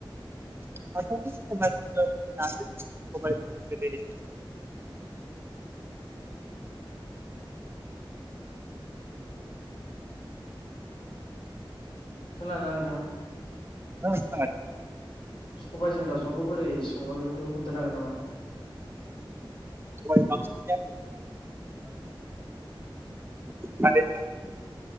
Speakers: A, on the right; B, on the left.
A: <unintelligible>
B: खोनादोंना नोंथां?
A: औ नोंथां।
B: सबायजों दावजोंखौ बोरै सङो बेफोरखौ खोन्थानो हागोन नामा?
A: सबायजों दावजोंनिया माने